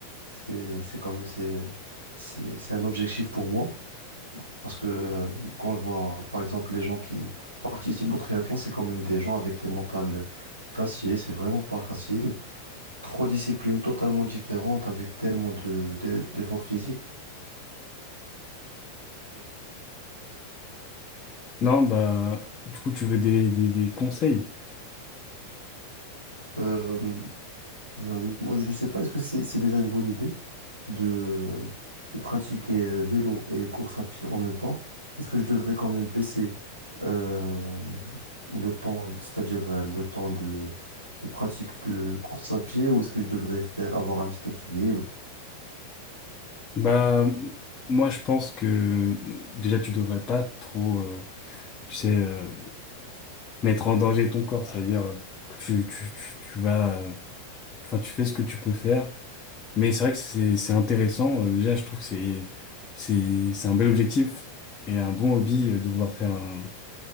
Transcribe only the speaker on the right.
C'est, c'est quand même c'est, c'est, c'est un objectif pour moi. Parce que euh, quand je vois, par exemple, les gens qui participent au triathlon, c'est quand même des gens avec des mentales d'acier. C'est vraiment pas facile. Trois disciplines totalement différentes avec tellement de, de- d'efforts physiques.
Euh, euh, moi, je sais pas, est-ce que c'est c'est déjà une bonne idée? de, de pratiquer euh, vélo et course à pied en même temps, est-ce que je devrais quand même baisser euh, le temps, c'est-à-dire euh, le temps de, de pratique de course à pied, ou est-ce que je devrais faire, avoir un petit équilibre?